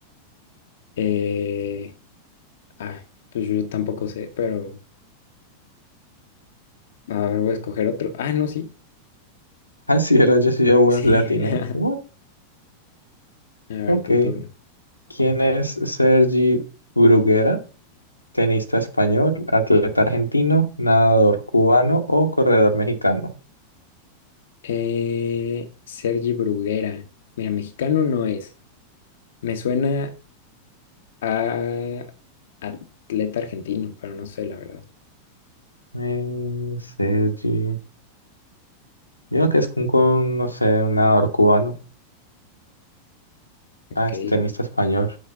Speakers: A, on the left; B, on the left.
A: Eh, ah, pues yo tampoco sé, pero a ver, voy a escoger otro. Ah, no, sí.
B: Así era, yo sí, yo once
A: Sí.
B: le atiné.
A: <laughs>
B: What?
A: A ver,
B: Ok.
A: tu turno.
B: ¿Quién es Sergi Bruguera? Tenista español, atleta argentino, nadador cubano o corredor mexicano.
A: Eh, Sergi Bruguera. Mira, mexicano no es. Me suena a atleta argentino, pero no sé, la verdad.
B: Eh, Sergi. Yo creo que es un, con, no sé, un nadador cubano.
A: Ok.
B: Ah, es tenista español.